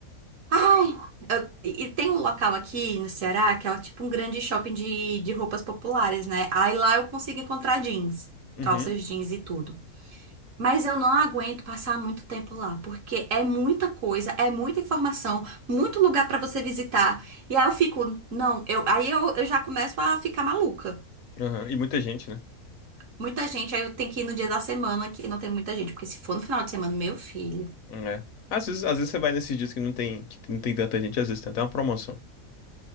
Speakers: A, on the right (about 60°); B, on the left (about 70°).
A: Ai, eu- e e tem um local aqui no Ceará que é tipo um grande shopping de, de roupas populares, né? Aí lá eu consigo encontrar jeans,
B: Uhum,
A: calças jeans e tudo. Mas eu não aguento passar muito tempo lá, porque é muita coisa, é muita informação, muito lugar pra você visitar. E aí eu fico, não, eu, aí eu, eu já começo a ficar maluca.
B: aham. E muita gente, né?
A: Muita gente, aí eu tenho que ir no dia da semana que não tem muita gente, porque se for no final de semana, meu filho.
B: Hum, É. Às vezes, às vezes você vai nesses dias que não tem, que não tem tanta gente, às vezes tem até uma promoção.